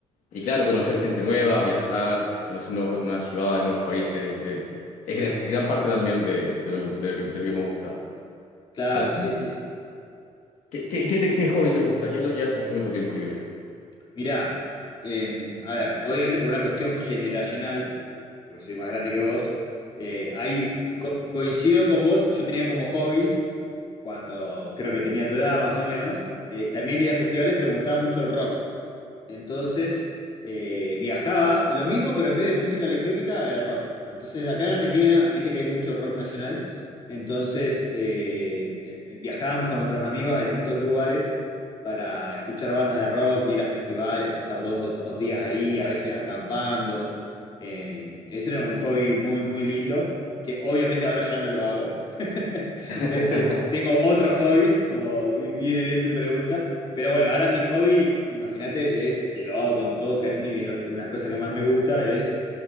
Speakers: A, on the left (about 75°); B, on the left (about 40°).
A: Y claro, conocer gente nueva, viajar, conocer nuevos- nuevas ciudades, nuevos países, eh, es gran, gran parte también de, de lo que, de lo que- del que me gusta.
B: Claro,
A: ¿A ti?
B: sí, sí, sí.
A: ¿Qué, qué, qué te- qué hobby te gusta? ¿Qué es lo que haces tú en tu tiempo libre?
B: Mirá, eh, a ver, obviamente por una cuestión generacional, porque soy más grande que vos, eh, hay- co- coincido con vos, yo tenía como hobbies, cuando creo que tenía tu edad más o menos, eh, también ir a festivales, pero me gustaba mucho el rock. Entonces, eh, viajaba, lo mismo, pero en vez de música electrónica, de rock. Entonces, acá en Argentina, viste que hay mucho rock nacional, entonces eh, eh, viajábamos con nuestros amigos a distintos lugares para escuchar bandas de rock, ir a festivales, pasar dos, dos días ahí, a veces acampando. Eh, ese era un hobby muy, muy lindo, que obviamente ahora ya no lo hago. <laughs>
A: <laughs>
B: Este, tengo otros hobbies, como viene bien tu pregunta. Pero bueno, ahora mi hobby, imagínate, es que lo hago con todo cariño y es lo que, una de las cosas que más me gusta es